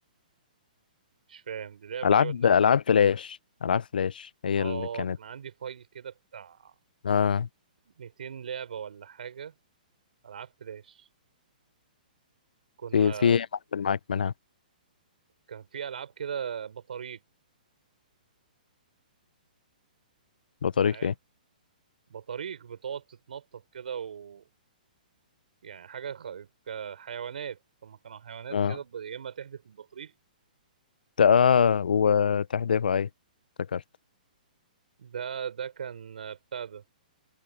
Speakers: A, on the right; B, on the left.
A: مش فاهم دي لعبة
B: العاب
A: دي ولا
B: العاب
A: إيه؟
B: فلاش العاب فلاش هي
A: اه
B: اللي كانت
A: كان عندي فايل كده بتاع
B: اه
A: 200 لعبة ولا حاجة ألعاب فلاش كنا
B: في في إيه معفن معاك منها
A: كان في ألعاب كده بطاريق
B: بطريق
A: معايا
B: ايه
A: بطاريق بتقعد تتنطط كده و يعني حاجة خ... كحيوانات هما كانوا حيوانات
B: اه
A: كده ب- يا إما تحدف البطريق
B: ت- اه وتحديثها اي افتكرت
A: ده ده كان بتاع ده